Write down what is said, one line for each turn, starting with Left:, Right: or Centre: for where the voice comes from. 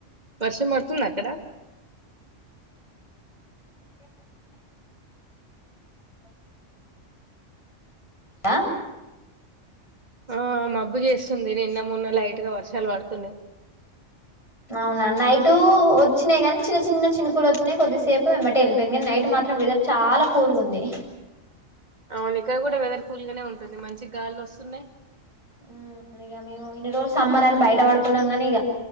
Right: వర్షం పడుతుందా అక్కడ?
Left: ఆ
Right: ఆ మబ్బు చేస్తుంది, నిన్న మొన్న లైట్ గా వర్షాలు పడుతున్నయి.
Left: అవునా నైటు వచ్చినాయి గని చిన్న చిన్న చినుకులు వచ్చినయి కొద్దిసేప్ కు ఎమ్మటె వెళ్ళిపోయింది గని, నైట్ మాత్రం వెదర్ చాలా కూల్గుంది.
Right: అవునిక్కడ గుడ వెదర్ కూల్ గానే ఉంటుంది మంచిగ గాలులు వస్తున్నాయి.
Left: ఉమ్ ఇగ మేము ఇన్ని రోజులు సమ్మర్ అని బయట పడుకున్నం గని ఇగ,